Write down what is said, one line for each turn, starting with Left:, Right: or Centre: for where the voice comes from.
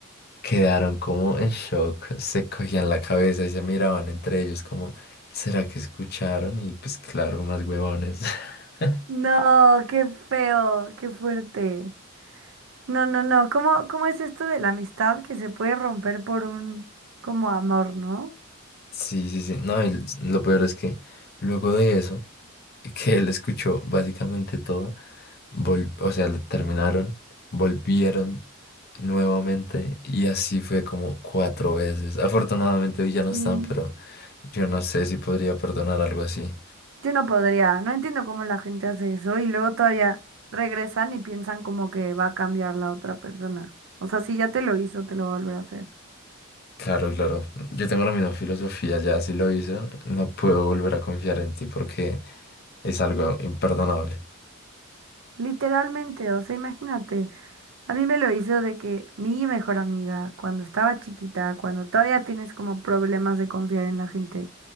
Left: Quedaron como en shock, se cogían la cabeza y se miraban entre ellos como, ¿será que escucharon? Y pues claro, más huevones. <laughs>
Right: No, qué feo, qué fuerte. No, no, no. ¿Cómo, cómo es esto de la amistad que se puede romper por un como amor, ¿no?
Left: Sí, sí, sí. No, y lo peor es que luego de eso, <laughs> que él escuchó básicamente todo, vol- o sea, le terminaron, volvieron nuevamente y así fue como cuatro veces. Afortunadamente hoy ya no
Right: Sí.
Left: están, pero yo no sé si podría perdonar algo así.
Right: Yo no podría. No entiendo cómo la gente hace eso y luego todavía regresan y piensan como que va a cambiar la otra persona. O sea, si ya te lo hizo, te lo va a volver a hacer.
Left: Claro, claro. Yo tengo la misma filosofía, ya si lo hice. no puedo volver a confiar en ti porque es algo imperdonable.
Right: Literalmente, o sea, imagínate, a mí me lo hizo de que mi mejor amiga, cuando estaba chiquita, cuando todavía tienes como problemas de confiar en la gente